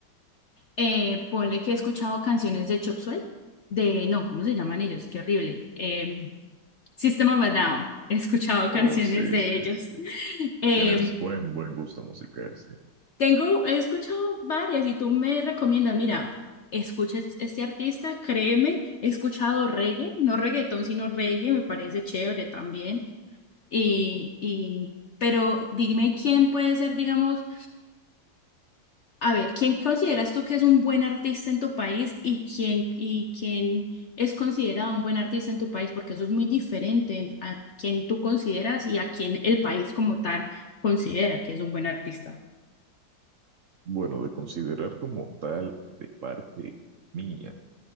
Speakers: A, on the left; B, on the right.
A: eh, ponle que he escuchado canciones de Chop Suey, de, no, ¿cómo se llaman ellos? Qué horrible. em, System of a Down. He escuchado
B: Oh,
A: canciones
B: sí,
A: de
B: sí,
A: ellos.
B: sí.
A: <laughs> Eh,
B: Tienes buen, buen gusto musical, sí.
A: tengo, he escuchado varias y tú me recomiendas, mira, escucha es- este artista, créeme, he escuchado reggae, no reggaetón, sino reggae, me parece chévere también. Y, y, pero dime quién puede ser, digamos. A ver, ¿quién consideras tú que es un buen artista en tu país y quién, y quién es considerado un buen artista en tu país? Porque eso es muy diferente en- a quién tú consideras y a quién el país como tal considera que es un buen artista.
B: Bueno, de considerar como tal de parte mía.